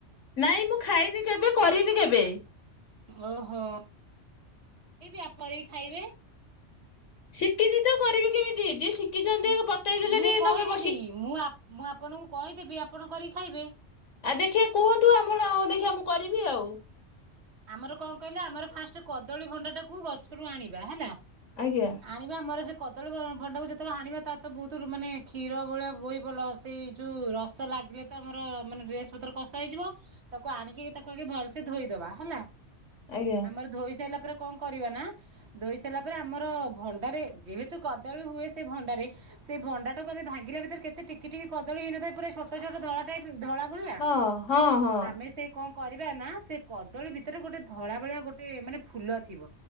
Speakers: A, on the left; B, on the right.
A: ନାଇଁ ମୁଁ ଖାଇନି କେବେ କରିନି କେବେ
B: ଓହୋ ପିଇବି କରିକି ଖାଇବେ
A: ଶିକିନି ତ କରିବି କେମିତି ଯିଏ ଶିକିଛନ୍ତି
B: ମୁଁ
A: ବତେଇଦେଲେ
B: ମୁଁ
A: ଟିକେ
B: କହିଦେବି
A: ତମେ
B: ମୁଁ ଆପ୍ ମୁଁ ଆପଣଙ୍କୁ କହିଦେବି ଆପଣ କରିକି ଖାଇବେ
A: ଆଉ ଦେଖିବା କୁହନ୍ତୁ ଆମର ଦେଖିବା ମୁଁ କରିବି ଆଉ
B: ଆମର କଣ କହିଲା ଆମର ଫାଷ୍ଟ କଦଳୀ ଭଣ୍ଡାଟାକୁ ଗଛରୁ ଆଣିବା ହେଲା
A: ଆଜ୍ଞା
B: ଆଣିବା ଆମର ସେ କଦଳୀ ଭଣ୍ଡାକୁ ଯେତେବେଳେ ଆଣିବା ତା ତ ବହୁତ ମାନେ କ୍ଷୀର ଭଳିଆ ବହି ଭଲ ସେଇ ଯୋଉ ରସ ଲାଗିଲେ ତ ଆମର ମାନେ ଡ୍ରେସ ପତ୍ର କଷ ହେଇଯିବ ତାକୁ ଆଣିକି ତାକୁ ଆଗେ ଭଲ ସେ ଧୋଇଦେବା ହେଲା
A: ଆଜ୍ଞା
B: ଆମର ଧୋଇ ସାରିଲା ପରେ କଣ କରିବା ନା ଧୋଇ ସାରିଲା ପରେ ଆମର ଭଣ୍ଡାରେ ଯେହେତୁ କଦଳୀ ହୁଏ ସେ ଭଣ୍ଡାରେ ସେ ଭଣ୍ଡା ଟାକୁ ଆମେ ଭାଙ୍ଗିଲା ଭିତରେ କେତେ ଟିକେ ଟିକେ କଦଳୀଇନଥାଏ ପୁରା ଛୋଟ ଛୋଟ ଧଳା ଟାଇପ୍ ଧଳା ଭଳିଆ
A: ହଁ ହଁ ହଁ
B: ଆମେ ସେ କଣ କରିବା ନା ସେ କଦଳୀ ଭିତରେ ଗୋଟେ ଧଳା ଭଳିଆ ଗୋଟେ ମାନେ ଫୁଲ ଥିବ